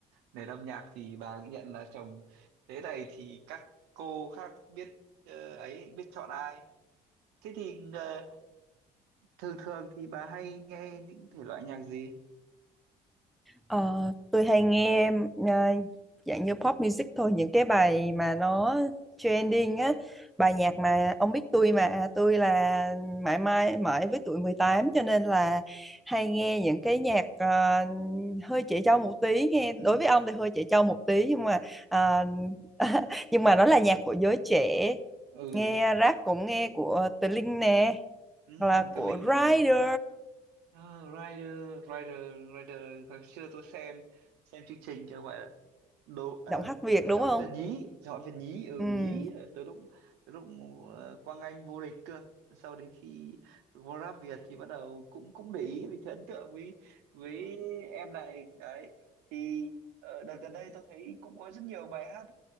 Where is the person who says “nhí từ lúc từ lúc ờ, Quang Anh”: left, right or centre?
Right